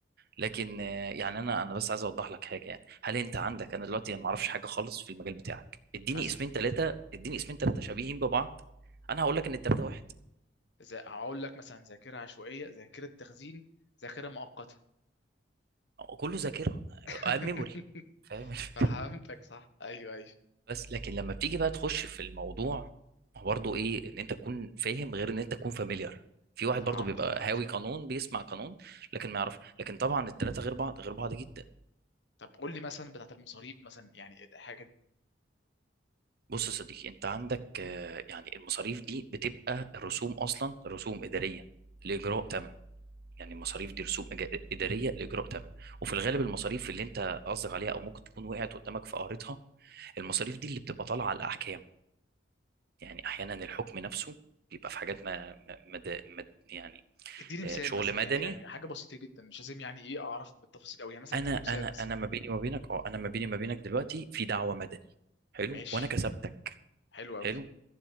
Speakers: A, on the right (about 55°); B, on the left (about 65°).
A: لكن آه، يعني انا انا بس عايز اوضح لك حاجه يعني هل انت عندك انا دلوقتي ما اعرفش حاجه خالص في المجال بتاعك اديني
B: مثلا
A: اسمين ثلاثه اديني اسمين ثلاثه شبيهين ببعض انا هقول لك ان الثلاثه واحد
B: زي هقول لك مثلا ذاكره عشوائيه ذاكره تخزين ذاكره مؤقته
A: كله ذاكره
B: <laughs>
A: ميموري فاهم الفكره
B: فهمتك صح ايوه ايوه
A: <laughs> بس لكن لما بتيجي بقى تخش في الموضوع هو برضه ايه ان انت تكون فاهم غير ان انت تكون فاميليار في واحد
B: فهمتك
A: برضه بيبقى
B: فهمتك
A: هاوي قانون بيسمع قانون لكن ما يعرف لكن طبعا الثلاثه غير بعض غير بعض جدا
B: طب قول لي مثلا بتاعت المصاريف مثلا يعني الحاجه دي
A: بص يا صديقي انت عندك آه، يعني المصاريف دي بتبقى الرسوم اصلا رسوم اداريه لاجراء
B: مم.
A: تم يعني المصاريف دي رسوم إجا- اداريه لاجراء تم وفي الغالب المصاريف اللي انت قصدك عليها او ممكن تكون وقعت قدامك في قارتها المصاريف دي اللي بتبقى طالعه على الاحكام يعني احيانا الحكم نفسه بيبقى في حاجات ما, ما, مد- مد- يعني
B: اديني مثال
A: آه، شغل
B: مثلا
A: مدني
B: يعني يعني حاجه بسيطه جدا مش لازم يعني ايه اعرف بالتفاصيل قوي يعني مثلا
A: انا
B: اديني
A: انا
B: مثال مثلا
A: انا ما بيني وما بينك اه انا ما بيني وما بينك دلوقتي في دعوه مدني حلو
B: ماشي
A: وانا كسبتك
B: حلو قوي
A: حلو